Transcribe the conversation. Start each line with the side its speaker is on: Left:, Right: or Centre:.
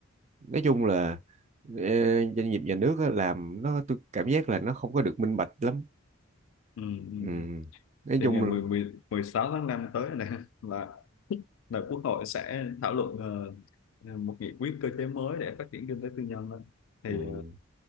Right: nói chung là ờ, doanh nghiệp nhà nước á, làm nó tôi cảm giác là nó không có được minh bạch lắm
Left: ừ, ừ.
Right: Ừm, nói
Left: thì
Right: chung
Left: ngày 10,
Right: là
Left: 10, 16 tháng 5 tới này là là Quốc hội sẽ thảo luận ờ, ờ, một nghị quyết cơ chế mới để phát triển kinh tế tư nhân á. thì
Right: ừ.